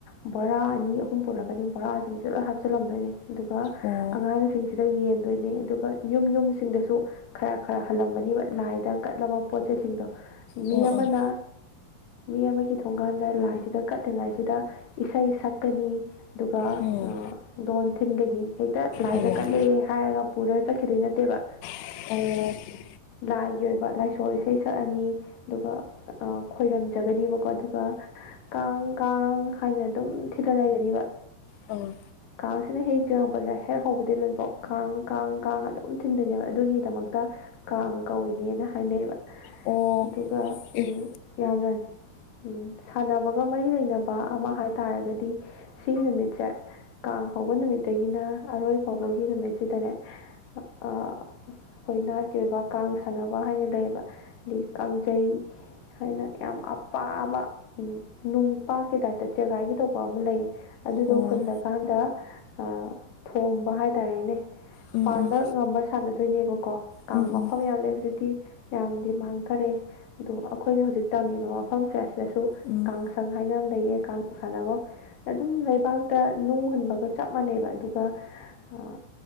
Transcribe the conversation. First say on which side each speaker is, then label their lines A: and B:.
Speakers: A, on the left (about 60°); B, on the left (about 85°).
A: ꯕꯣꯔꯥ ꯑꯅꯤ ꯑꯍꯨꯝ ꯄꯨꯔꯛꯀꯅꯤ ꯕꯣꯔꯥꯁꯤꯡꯁꯤꯗ ꯂꯣꯏ ꯍꯥꯞꯆꯤꯜꯂꯝꯗꯣꯏꯅꯦ꯫ ꯑꯗꯨꯒ
B: ꯑꯣ
A: ꯑꯉꯥꯡꯁꯤꯡꯁꯤꯗ ꯌꯦꯟꯗꯣꯏꯅꯦ ꯑꯗꯨꯒ ꯌꯨꯝ ꯌꯨꯝꯁꯤꯡꯗꯁꯨ ꯈꯔ ꯈꯔ ꯍꯜꯂꯝꯒꯅꯤꯕ ꯂꯥꯏꯗ ꯀꯠꯂꯕ ꯄꯣꯠ ꯆꯩꯁꯤꯡꯗꯣ ꯃꯤ
B: ꯎꯝ
A: ꯑꯃꯅ ꯃꯤ ꯑꯃꯒꯤ ꯊꯣꯡꯒꯥꯟꯗ ꯂꯥꯏꯁꯤꯗ ꯀꯠꯂꯤꯉꯩꯁꯤꯗ ꯏꯁꯩ ꯁꯛꯀꯅꯤ ꯑꯗꯨꯒ
B: ꯎꯝ ꯎꯝ
A: ꯑꯥ ꯗꯣꯟ ꯊꯤꯟꯒꯅꯤ ꯍꯦꯛꯇ ꯂꯥꯏꯗ
B: ꯍꯩꯃ
A: ꯀꯠꯂꯦ ꯍꯥꯏꯔꯒ ꯄꯨꯔꯒ ꯆꯠꯈꯤꯗꯣꯏ ꯅꯠꯇꯦꯕ
B: 'inaudible'
A: ꯂꯥꯏꯒꯤ ꯑꯣꯏꯕ ꯂꯥꯏꯁꯣꯜ ꯏꯁꯩ ꯁꯛꯑꯅꯤ ꯑꯗꯨꯒ ꯑꯥ ꯑꯥ ꯈꯣꯏꯔꯝꯖꯒꯅꯦꯕꯀꯣ ꯑꯗꯨꯒ ꯀꯥꯡ ꯀꯥꯡ ꯍꯥꯏꯅ ꯑꯗꯨꯝ ꯊꯤꯂ ꯂꯩꯒꯅꯤꯕ
B: ꯑꯥ
A: ꯀꯥꯡꯁꯤꯅ ꯍꯦꯛ ꯆꯤꯡꯉꯛꯄꯁꯦ ꯍꯦꯛ ꯍꯧꯕꯗꯩ ꯂꯣꯏꯕꯥꯎ ꯀꯥꯡ ꯀꯥꯡ ꯀꯥꯡ ꯑꯗꯨꯝ ꯊꯤꯟꯗꯣꯏꯅꯦꯕ ꯑꯗꯨꯒꯤꯗꯃꯛꯇ꯫ ꯀꯥꯡ ꯀꯧꯏꯅꯦꯅ ꯍꯥꯏꯅꯩꯑꯕ
B: ꯑꯣ
A: ꯑꯗꯨꯒ
B: ꯑꯦ
A: ꯌꯥꯝꯅ꯫ ꯎꯝ ꯁꯥꯟꯅꯕꯒ ꯃꯔꯤ ꯂꯩꯅꯕ ꯑꯃ ꯍꯥꯏꯇꯥꯔꯒꯗꯤ꯫ ꯁꯤꯒꯤ ꯅꯨꯃꯤꯠꯁꯦ ꯀꯥꯡ ꯍꯧꯕ ꯅꯨꯃꯤꯠꯇꯒꯤꯅ ꯑꯔꯣꯏ ꯐꯥꯎꯕꯒꯤ ꯅꯨꯃꯤꯠꯁꯤꯗꯅꯦ꯫ ꯑꯩꯈꯣꯏ ꯅꯥꯠꯀꯤ ꯑꯣꯏꯕ ꯀꯥꯡ ꯁꯥꯟꯅꯕ ꯍꯥꯏꯅ ꯂꯩꯌꯦꯕ꯫ ꯑꯗꯒꯤ ꯀꯥꯡꯖꯩ ꯍꯥꯏꯅ ꯌꯥꯝ ꯑꯄꯥꯕ꯫ ꯎꯝ ꯅꯨꯡ ꯄꯥꯛꯀꯤ ꯇꯥꯏꯞꯇ ꯆꯦꯒꯥꯏꯒꯤ ꯇꯧꯕ ꯑꯃ ꯂꯩꯌꯦ ꯑꯗꯨꯗꯣ
B: ꯑꯣ
A: ꯍꯨꯜꯂꯀꯥꯟꯗ ꯑꯥ ꯊꯣꯝꯕ ꯍꯥꯏꯇꯥꯔꯦꯅꯦ
B: ꯎꯝ ꯎꯝ
A: ꯄꯥꯟꯕ ꯉꯝꯕ ꯁꯥꯟꯅꯗꯣꯏꯅꯦꯕꯀꯣ ꯀꯥꯡ
B: ꯎꯝ
A: ꯃꯐꯝ
B: ꯎꯝ
A: ꯌꯥꯝ ꯂꯩ ꯍꯧꯖꯤꯛꯇꯤ ꯌꯥꯝꯗꯤ ꯃꯥꯡ ꯈꯔꯦ ꯑꯗꯣ ꯑꯩꯈꯣꯏꯅ ꯍꯧꯖꯤꯛ ꯇꯝꯃꯤꯕ ꯃꯐꯝꯁꯦ ꯁꯤꯗꯁꯨ
B: ꯎꯝ
A: ꯀꯥꯡꯁꯪ ꯍꯥꯏꯅ ꯑꯃ ꯂꯩꯌꯦ ꯀꯥꯡ ꯁꯥꯟꯅꯕꯝ꯫ ꯑꯗꯨꯝ ꯂꯩꯕꯥꯛꯇ ꯅꯨꯡ ꯍꯨꯟꯕꯒ ꯆꯞ ꯃꯥꯟꯅꯩꯕ ꯑꯗꯨꯒ ꯑꯥ